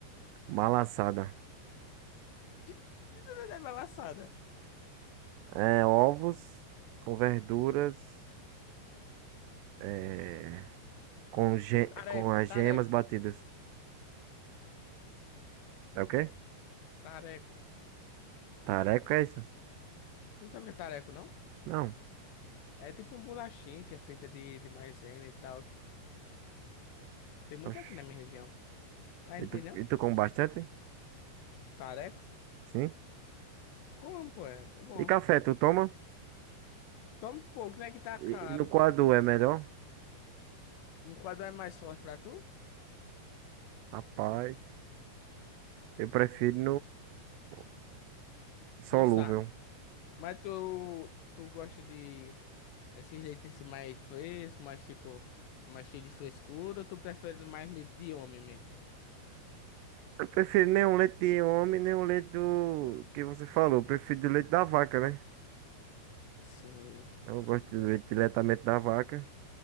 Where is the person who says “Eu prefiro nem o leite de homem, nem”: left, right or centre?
Right